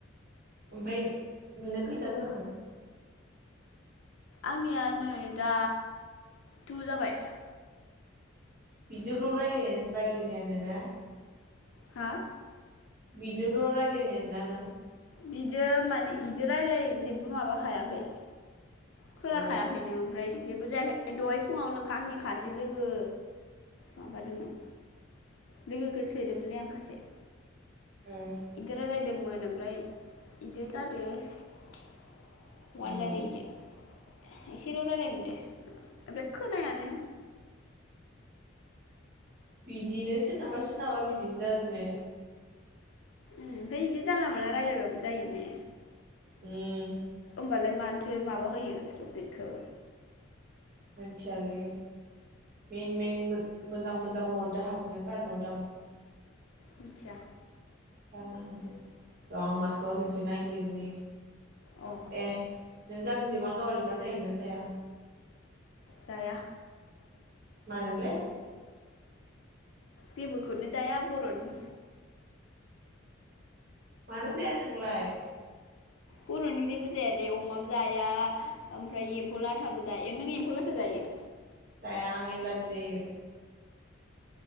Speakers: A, on the right; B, on the left.
A: ओमफाय नोंना खैथा जाखो।
B: आंनिया नै दा टु जाबाय।
A: बिदिल' रायलाय रायलायनायानो ना।
B: हा।
A: बिदिल' रायलायनाया नों।
B: बिदो माने बिजों रायलाय जेबो माबाखायाखै खोनाखायाखैनो
A: अ
B: ओमफ्राय। जेबो जायाखै दहाय फुङाव आंनि खासे लोगो माबादोंमोन लोगोखौ सोदोंमोनलै आं सासे
A: ए
B: इदोरालायदो। बुंंमोन ओमफ्राय बिदि जादो अवान
A: उम
B: जादो इदो एसेल' रायलायमोनदों ओमफ्राय खोनायानो
A: बिदिनो सोरनाबा सोरनाबा बिदिनो जादोनो।
B: ओमफाय बिदि जानला मोनला रायलायबाबो जायो ने।
A: उम।
B: होमबालाय मानोथो माबा होयो थपिकखौ
A: मोनथियालै मेन मेन मोजां मोजां वार्डा हाबनो कारनाव दां आ।
B: मिथिया
A: जानो हानाय र' आं माखौबा मोनसे नायगिरनि
B: अ
A: ए। नों गांजेमा गावरेमा जायोना जाया
B: जाया।
A: मानो ले।
B: जेबोखौनो जाया बर'नि
A: मानो जाया नोंलाय।
B: बर'नि जेबो जाया दे अमाबो जाया ओमफ्राय एम्फौ लाथाबो जाया। नों एम्फौ लाथा जायो?
A: जाया आं एलारजि जायो।